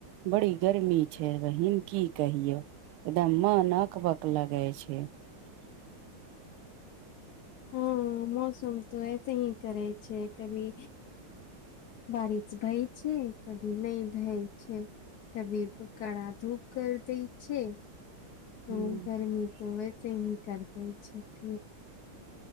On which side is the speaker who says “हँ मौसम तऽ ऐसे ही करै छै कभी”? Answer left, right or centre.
Left